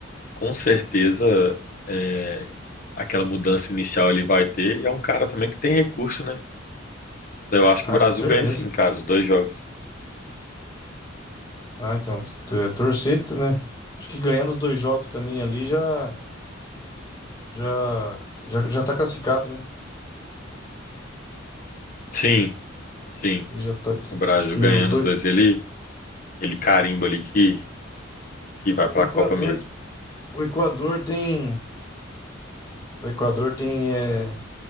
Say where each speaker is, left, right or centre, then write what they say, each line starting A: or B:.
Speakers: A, on the left; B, on the left.
A: com certeza, é, aquela mudança inicial ele vai ter. E é um cara também que tem recurso, né? Então, eu acho
B: Ah,
A: que o Brasil
B: com certeza.
A: ganha sim, cara, os dois jogos.
B: Ah, então, t- torcer, tá, né? Acho que ganhando os dois jogos também ali já já já, já tá classificado, né?
A: Sim, sim.
B: E já tá,
A: O Brasil
B: acho que
A: ganhando
B: os dois
A: os dois, ele, ele carimba ali que, que vai para
B: o Equador,
A: a Copa mesmo.
B: o Equador tem o Equador tem é,